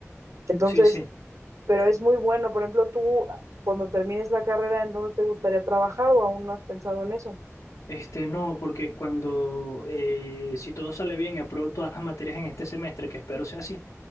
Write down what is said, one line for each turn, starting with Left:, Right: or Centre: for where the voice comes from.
Right: Entonces,
Left: sí, sí.
Right: pero es muy bueno. Por ejemplo, tú ah, cuando termines la carrera, ¿en dónde te gustaría trabajar o aún no has pensado en eso?
Left: Este, no, porque cuando, eh, si todo sale bien, apruebo todas las materias en este semestre, que espero sea así,